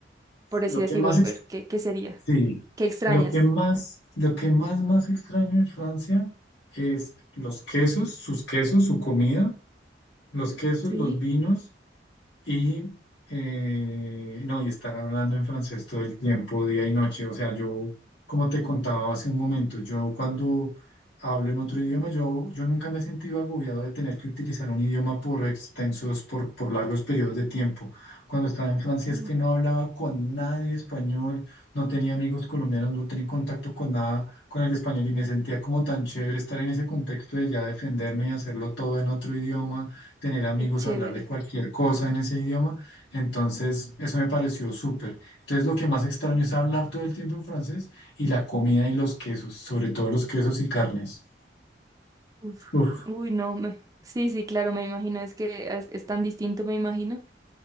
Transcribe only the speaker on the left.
lo que
más
Sí,
lo que más, lo que más, más extraño en Francia es los quesos, sus quesos, su comida, los quesos,
los vinos. Y eh, no, y estar hablando en francés todo el tiempo, día y noche. O sea, yo, como te contaba hace un momento, yo cuando hablo en otro idioma, yo, yo nunca me he sentido agobiado de tener que utilizar un idioma por extensos, por, por largos periodos de tiempo. Cuando estaba en Francia es
que no hablaba con nadie español, no tenía amigos colombianos, no tenía contacto con nada con el español y me sentía como tan chévere estar en ese contexto de ya defenderme y hacerlo todo en otro idioma tener amigos,
hablar de cualquier cosa en ese idioma. Entonces, eso me pareció súper. Entonces, lo que más extraño es hablar todo el tiempo en francés y la comida y los quesos, sobre todo los quesos y carnes.
Uf.